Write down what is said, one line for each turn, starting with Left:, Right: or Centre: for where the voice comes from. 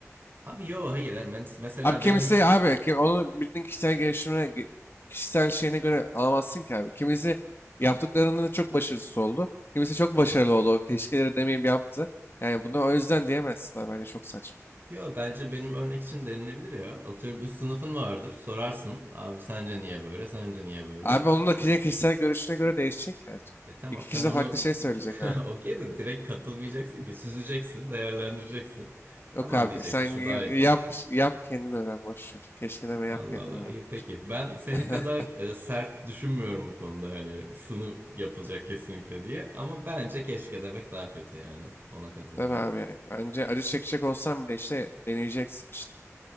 Right: abi yo hayır hemen mesela
Left: Abi kimisi
Right: benim
Left: abi kim, onu bildiğin kişisel gelişimine ge- kişisel şeyine göre alamazsın ki abi. Kimisi yaptıklarının çok başarısız oldu. Kimisi çok başarılı oldu. O keşkeleri demeyip yaptı. Yani bunu o yüzden diyemezsin abi. Bence çok saçma.
Right: yo bence benim örnek için denilebilir ya. Atıyorum üst sınıfın vardır sorarsın abi sence niye böyle sence niye böyle.
Left: Abi
Right: S-
Left: onun da kişinin kişisel görüşüne göre değişecek ki her türlü.
Right: E tamam
Left: İki
Right: sen
Left: kişi
Right: onu
Left: de farklı şey söyleyecek
Right: <laughs>
Left: abi.
Right: okey de direkt katılmayacaksın ki süzeceksin değerlendireceksin. Tamam
Left: Yok abi
Right: diyeceksin
Left: sen
Right: şu
Left: gi-
Right: daha yakın.
Left: yap yap kendin öğren boş ver. Keşke deme yap
Right: Allah
Left: kendin
Right: Allah
Left: öğren.
Right: iyi peki. Ben senin
Left: <laughs>
Right: kadar e, sert düşünmüyorum bu konuda hani şunu yapılacak kesinlikle diye. Ama bence keşke demek daha kötü yani. Ona katılıyorum.
Left: Tabii abi yani. Bence acı çekecek olsan bile işte deneyeceksin işte.